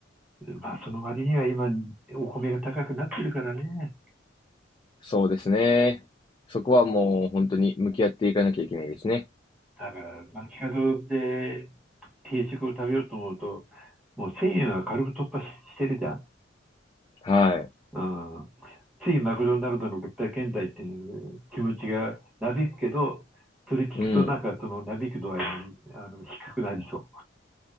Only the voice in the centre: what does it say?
まあその割には今お米が高くなってるからね。
だから、街角で定食を食べようと思うと、もう1000円は軽く突破ししてるじゃん。
うん。ついマクドナルドの物体検体っていう気持ちがなびくけど、それ聞くとなんかそのなびく度合いにあの低くなりそ